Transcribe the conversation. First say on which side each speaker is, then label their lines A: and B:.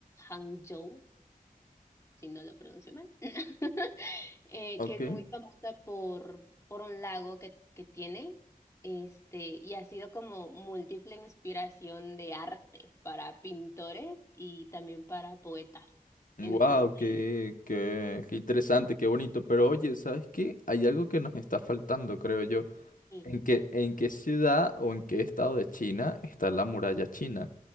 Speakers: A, on the left; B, on the left.
A: Hangzhou si no lo pronuncio mal, <laughs> eh,
B: Ok.
A: que es muy famosa por, por un lago que, que tiene, este, y ha sido como múltiple inspiración de arte para pintores y también para poetas.
B: Wow,
A: Entonces,
B: qué, qué, qué interesante, qué bonito. Pero oye, ¿sabes qué? Hay algo que nos está faltando, creo yo.
A: sí,
B: ¿En qué, en qué ciudad o en qué estado de China está la muralla china?